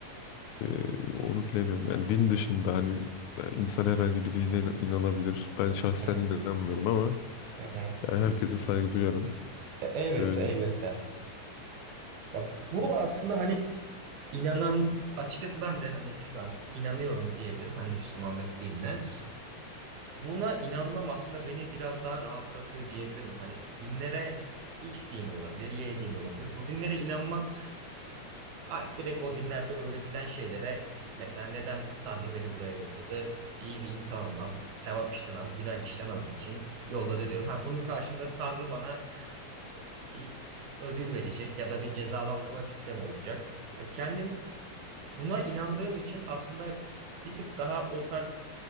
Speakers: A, on the left; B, on the right.
A: Ee, onu bilemiyorum. Yani din dışında hani yani insan herhangi bir dine inan- inanabilir. Ben şahsen
B: Hı hı.
A: inanmıyorum ama
B: Hı hı.
A: yani herkese saygı duyarım.
B: E, elbette
A: Ee,
B: elbette. Ya burada aslında hani inanan açıkçası ben de hani şu an inanıyorum diyebilirim hani Müslümanlık dinine. Buna inanmam aslında beni biraz daha rahatlatıyor diyebilirim. Hani dinlere X dini olabilir, Y dini olabilir. Bu dinlere inanmak ha, direkt o dinlerde öğretilen şeylere mesela neden Tanrı beni buraya yolladı? İyi bir insan olmam, sevap işlemem, günah işlememem için yolladı diyorum. Ha, bunun karşında Tanrı bana e, bir ödül verecek ya da bir cezalandırma sistemi olacak. Ha, Kendim Buna inandığım için aslında bir tık daha o tarz